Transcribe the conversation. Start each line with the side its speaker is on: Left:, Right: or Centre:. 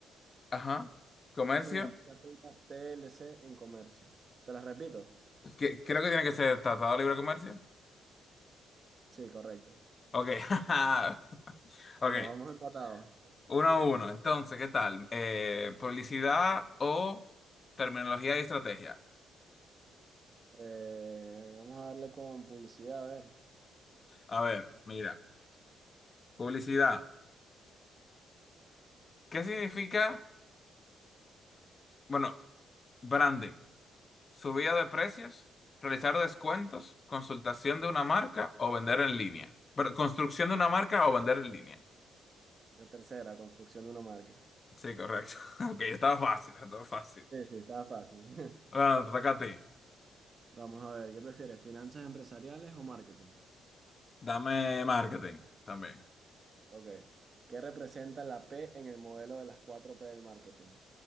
Left: Ajá. Comercio.
Right: qué significa la sigla TLC en comercio? ¿Te las repito?
Left: Que, creo que tiene que ser Tratado de Libre Comercio.
Right: Sí, correcto.
Left: Ok. <laughs>
Right: Vamos,
Left: Ok.
Right: vamos empatados.
Left: Uno a uno. Entonces, ¿qué tal? Eh, publicidad o terminología y estrategia.
Right: Eh, vamos a darle con publicidad, a ver.
Left: A ver, mira, publicidad. ¿Qué significa? Bueno, branding. Subida de precios, realizar descuentos, consultación de una marca o vender en línea. Pero, construcción de una marca o vender en línea.
Right: La tercera, construcción de una marca.
Left: Sí, correcto. <laughs> Ok, estaba fácil, estaba fácil.
Right: Sí, sí, estaba fácil. <laughs>
Left: Bueno, te toca a ti.
Right: Vamos a ver, ¿qué prefieres? ¿Finanzas empresariales o marketing?
Left: Dame marketing también.
Right: Ok. ¿Qué representa la P en el modelo de las cuatro p del marketing?